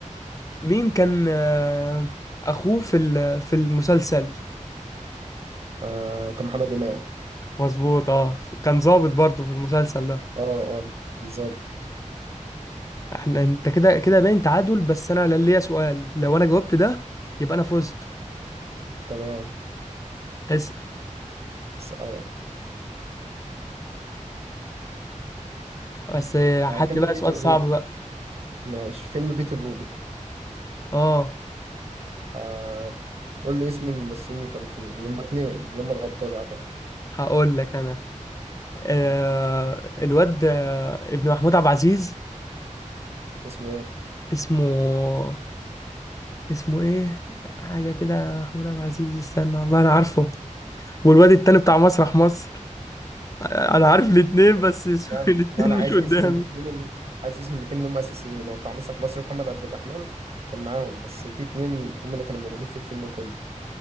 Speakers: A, on the left (about 25°); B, on the right (about 50°).
A: مين كان آه، اخوه في ال- في المسلسل
B: آه كان محمد إمام
A: مظبوط اه كان ضابط برضه في المسلسل ده
B: اه اه بالظبط
A: احنا انت كده كده باين تعادل بس انا لا- ليا سؤال لو انا جاوبت ده يبقى انا فزت
B: تمام
A: اسأل
B: أسألك
A: بس آه،
B: آه
A: هات
B: فيلم
A: لي بقى
B: بيت
A: سؤال
B: الروبي
A: صعب بقى.
B: ماشي فيلم بيت الروبي
A: اه
B: آه قول لي اسم الممثلين اللي كانوا فيه اللي هما اتنين اللي هما الأبطال يعتبر
A: هقول لك انا آه الواد آه، ابن محمود عبد العزيز
B: اسمه ايه؟
A: اسمه اسمه ايه حاجه كده محمود عبد العزيز استنى والله انا عارفه والواد التاني بتاع مسرح مصر آه، انا عارف الاتنين بس <laughs> اسمه-
B: لا
A: الاتنين
B: لا أنا عايز
A: مش قدامي
B: اسم الاتنين اللي... عايز اسم الاتنين اللي هما أساسيين هو بتاع مسرح مصر محمد عبد الرحمن كان معاهم بس في اتنين هما اللي كانوا موجودين في الفيلم كله